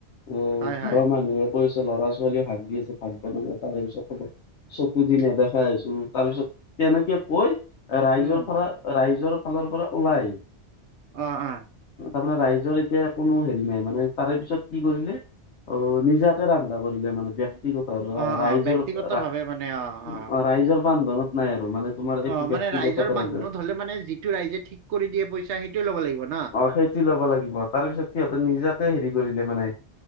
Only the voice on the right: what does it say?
হয়, হয়,
উম,
অ', অ'।
অ',
অ', ব্যক্তিগত ভাৱে মানে অ', অ',
অ', মানে ৰাইজৰ
বান্ধোনত হলে মানে যিটো ৰাইজে ঠিক কৰি দিয়ে পইচা সেইটোয়ে ল'ব লাগিব ন?